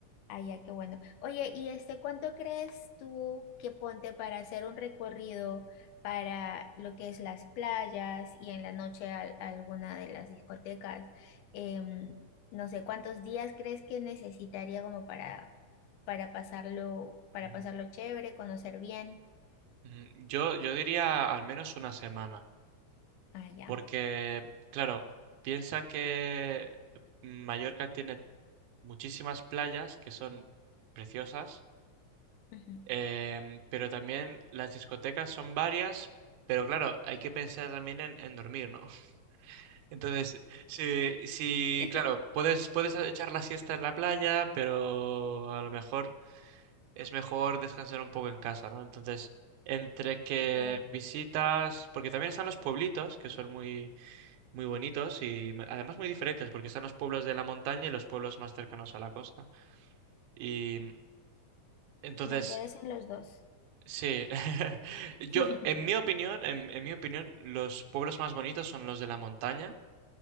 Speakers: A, on the left (about 85°); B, on the right (about 80°).
A: Ah, ya, qué bueno. Oye, ¿y este cuánto crees tú que ponte para hacer un recorrido para lo que es las playas y en la noche al- alguna de las discotecas? Em, no sé, ¿cuántos días crees que necesitaría como para, para pasarlo, para
B: Ujú,
A: pasarlo chévere, conocer bien?
B: ujú. Yo, yo diría al menos una semana,
A: Ah, ya.
B: porque, claro, piensa que Mallorca tiene muchísimas playas que son preciosas,
A: Ujú.
B: em, pero también las discotecas son varias, pero claro, hay que pensar también en, en dormir, ¿no? Entonces, sí, sí,
A: <laughs>
B: claro, puedes, puedes echar la siesta en la playa, pero a lo mejor es mejor descansar un poco en casa, ¿no? Entonces, entre que
A: Claro.
B: visitas, porque también están los pueblitos, que son muy, muy bonitos y me- además muy diferentes, porque están los pueblos de la montaña y los pueblos más cercanos a la costa. Y entonces,
A: Me interesan los dos.
B: sí, <laughs> yo,
A: <laughs>
B: en mi opinión, en en mi opinión, los pueblos más bonitos son los de la montaña